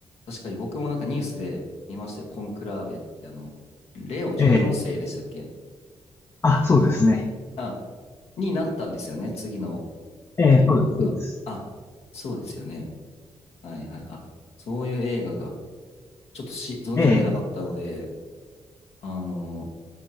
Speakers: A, on the left; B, on the left.
A: 確かに僕もなんかニュースで見ましたよ。コンクラーベって、あの、レオ14世でしたっけ
B: ええ。あ、そうですね。
A: あ、になったんですよね。次の
B: ええ、
A: 教皇が。
B: そうです、そうです。
A: あ、そうですよね。はいはい。あ、そういう映画が、ちょっとし、存じ上げなかったので、
B: ええ、
A: あの、